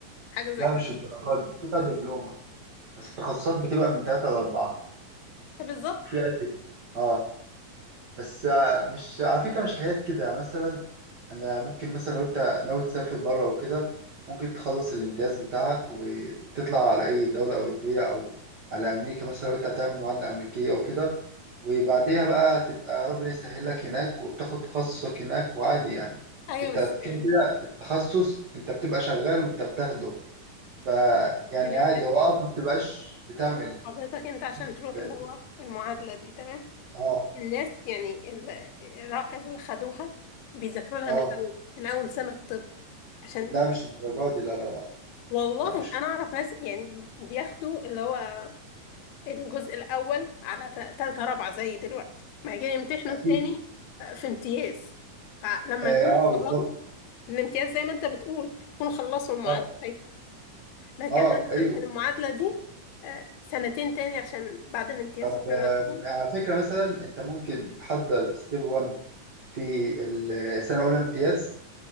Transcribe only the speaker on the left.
حاجه زي
كده
بالظبط
ايوه
بس
يا باشا
حضرتك انت عشان
تروح
اللي هو المعادله دي تمام
الناس يعني ال- الرائد اللي خدوها بيذاكروا لها
من الاول من اول سنه طب عشان
والله
انا اعرف ناس يعني بياخدوا اللي هو الجزء الاول على ت- تالتة رابعه زي دلوقتي بعد كده يمتحنوا
التاني في امتياز فلما
يكونوا
اتخرجوا
الامتياز زي ما انت بتقول يكونوا خلصوا المعادله
لكن
انا
عشان المعادله دي آه، سنتين تاني عشان بعد الامتياز
عشان
اخدها